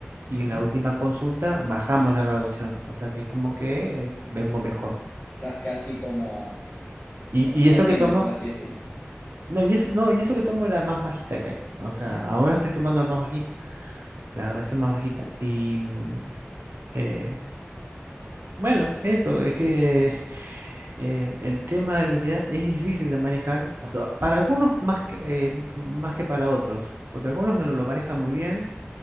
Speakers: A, on the right; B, on the left.
A: y
B: ujú.
A: en la última consulta bajamos la graduación. O sea que es como que eh, vengo mejor.
B: Estás casi como,
A: Y,
B: como
A: y
B: saliendo,
A: eso que tomo,
B: por así decirlo.
A: no, y eso, no, y eso que tomo la más bajita que hay. O sea,
B: Ajá.
A: ahora estoy tomando la más bajita, la graduación más bajita. Y mm, eh, bueno, eso, es que <laughs> eh, el tema de la ansiedad es difícil de manejar. O sea, para algunos más que, eh, más que para otros. Porque algunos lo lo manejan muy bien,